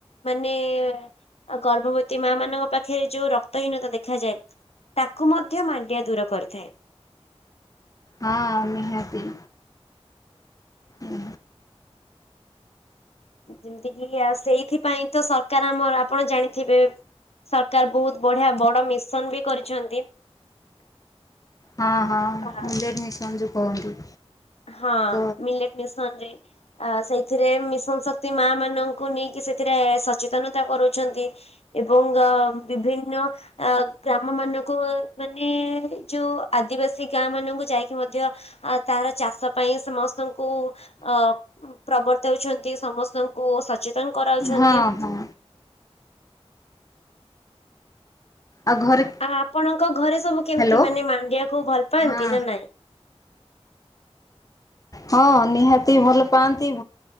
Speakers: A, on the left; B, on the left.
A: ମାନେ ଆଉ ଗର୍ଭବତୀ ମା ମାନଙ୍କ ପାଖରେ ଯୋଉ ରକ୍ତହୀନତା ଦେଖାଯାଏ। ତାକୁ ମଧ୍ୟ ମାଣ୍ଡିଆ ଦୂର କରିଥାଏ।
B: ହଁ ନିହାତି। ହୁଁ।
A: ଯେମିତି କିି ଆଉ ସେଇଥିପାଇଁ ତ ସରକାର ଆମର ଆପଣ ଜାଣିଥିବେ ସରକାର ବହୁତ ବଢିଆ ବଡ ମିଶନ ବି କରିଛନ୍ତି।
B: ହଁ ହଁ
A: ଆ
B: ମିଲେରି ମିସନ୍ ଯୁ କହନ୍ତି।
A: ହଁ
B: ତ
A: ମିଲେଟ ମିଶନ ରେ ଆ ସେଇଥିରେ ମିଶନ ଶକ୍ତି ମା ମାନଙ୍କୁ ନେଇକି ସେଥିରେ ସଚେତନତା କରୁଛନ୍ତି। ଏବଂ ବିଭିନ୍ନ ଗ୍ରା ଆମ ମାନଙ୍କୁ ମାନେ ଯୋଉ ଆଦିବାସୀ ଗାଁ ମାନଙ୍କୁ ଯାଇକି ମଧ୍ୟ ତାର ଚାଷ ପାଇଁ ସମସ୍ତଙ୍କୁ ଅ ପ୍ରବର୍ତ୍ତଉଛନ୍ତି ସମସ୍ତଙ୍କୁ ସଚେତ ତାଙ୍କୁ କରାଉଛନ୍ତି।
B: ହଁ ହଁ ଆଉ ଘରେ
A: ଆଉ ଆପଣଙ୍କ ଘରେ ସବୁ
B: ହ୍ୟାଲୋ
A: କେମିତି ମାନେ ମାଣ୍ଡିଆକୁ ଭଲ ପାଆନ୍ତି
B: ହଁ
A: ନା ନାଇଁ?
B: ହଁ ନିହାତି ଭଲ ପାଆନ୍ତି।